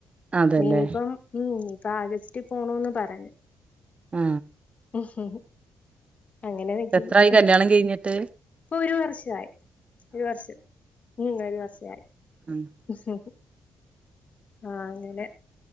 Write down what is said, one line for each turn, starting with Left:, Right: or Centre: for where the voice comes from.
Right: അതല്ലേ
Left: ഇീനിയിപ്പം ം ഞിപ്പൊ ആഗസ്റ്റ് പോണോന്ന് പറഞ്ഞ്.
Right: ആ
Left: ഹ് അങ്ങനെ നിക്കിന്ന്
Right: എത്രായി കല്യാണം
Left: ഹ്
Right: കഴിഞ്ഞിട്ട്
Left: ഇപ്പൊ ഒരു വർഷായി ഒരു വർഷം ം ഒരു വർഷായി.
Right: ഉം <inaudible>
Left: ഹ് ഹ് ആ അങ്ങനെ.